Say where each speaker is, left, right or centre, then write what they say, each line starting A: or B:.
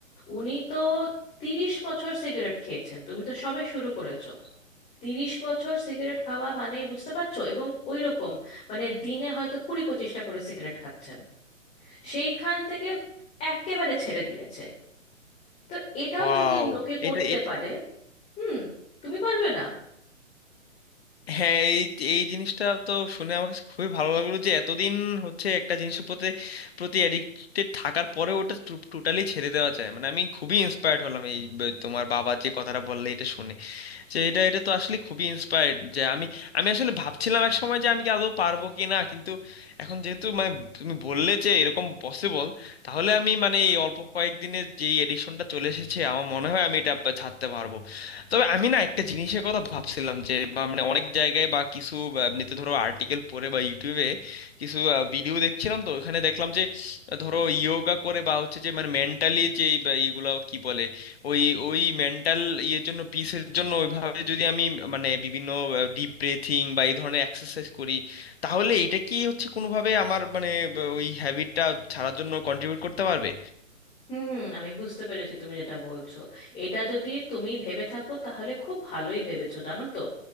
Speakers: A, on the left (about 15°); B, on the left (about 50°).
A: উনি তো তিরিশ বছর সিগারেট খেয়েছেন তুমি তো সবে শুরু করেছো তিরিশ বছর সিগারেট খাওয়া মানে বুঝতে পারছো এবং ওই রকম মানে দিনে হয়তো কুড়ি পঁচিশটা করে সিগারেট খাচ্ছেন সেইখান থেকে একেবারে ছেড়ে দিয়েছে তো এটাও
B: ওয়াও
A: যদি লোকে করতে
B: এটা এ-
A: পারে হুম তুমি পারবে না
B: হ্যাঁ এই এই জিনিসটা তো শুনে আমার কাছে খুবই ভালো লাগলো যে এতদিন হচ্ছে একটা জিনিসের প্রতি প্রতি অ্যাডিক্টেড থাকার পরে ওটা টোটালি ছেড়ে দেওয়া যায় মানে আমি খুবই ইন্সপায়ার্ড হলাম এই ব- তোমার বাবা যে কথাটা বললে এটা শুনে যে এটা এটা তো আসলে খুবই ইন্সপায়ার্ড যে আমি আমি আসলে ভাবছিলাম এক সময় যে আমি কি আদৌ পারবো কি না কিন্তু এখন যেহেতু মানে তুমি বললে যে এরকম পসিবল তাহলে আমি মানে এই অল্প কয়েকদিনে যেই এডিকশনটা চলে এসেছে আমার মনে হয় আমি এটা ছাড়তে পারবো তবে আমি না একটা জিনিসের কথা ভাবছিলাম যে বা মানে অনেক জায়গায় বা কিছু বা এমনিতে ধরো আর্টিকেল পড়ে বা ইউটিউবে কিছু ভিডিও দেখছিলাম তো ওখানে দেখলাম যে আহ, ধরো ইয়োগা করে বা হচ্ছে যে মানে মেন্টালি যে এইগুলা কি বলে ওই ওই মেন্টাল ইয়ের জন্য পিসের জন্য ওইভাবে যদি আমি মানে বিভিন্ন ডিপ ব্রেথিং বা এই ধরনের এক্সারসাইজ করি তাহলে এটা কি হচ্ছে কোনোভাবে আমার মানে ব- ওই হ্যাবিটটা ছাড়ার জন্য কন্ট্রিবিউট করতে পারবে
A: হুম আমি বুঝতে পেরেছি তুমি যেটা বলছো এটা যদি তুমি ভেবে থাকো তাহলে খুব ভালোই ভেবেছো জানো তো